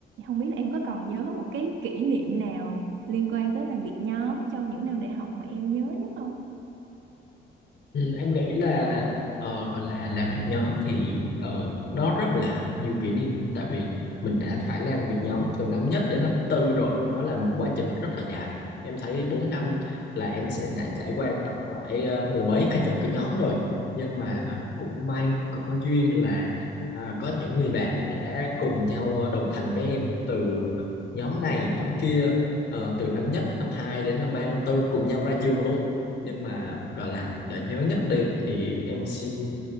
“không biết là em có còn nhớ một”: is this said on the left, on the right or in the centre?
Right